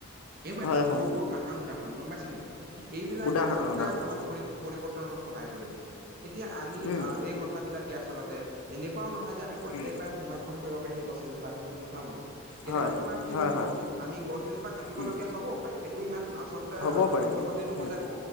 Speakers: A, on the right; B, on the left.
A: এইবোৰ এটা
B: হয়,
A: এটা
B: হয়,
A: সৰু সৰু সাধাৰণ উদাহৰণ গম পাইছা নাই। এইবিলাকে
B: উদাহৰণ
A: আচলতে
B: উদাহৰণ,
A: আমাক পৰি পৰিৱৰ্তনত সহায় কৰিব। এতিয়া আমি
B: উম,
A: এই কথাবিলাক - আচলতে এনেকুৱাও নহয় যে আমি প্ৰত্যেকবাৰে
B: উম,
A: সংৰক্ষণ কৰিব পাৰিম গছ এজোপা তেনেকুৱা কথাও নহয়। কেতিয়াবা
B: হয়,
A: তোমাৰ কি
B: হয়,
A: হব
B: হয়,
A: আমি গছ গজোপা কাটিবলগীয়া
B: উম,
A: হব‌ও পায় সেইটো ইমান আ- আচলতে
B: হ'বও পাৰে,
A: ভুল কথা বুলি নকওঁ
B: উম,
A: যে গ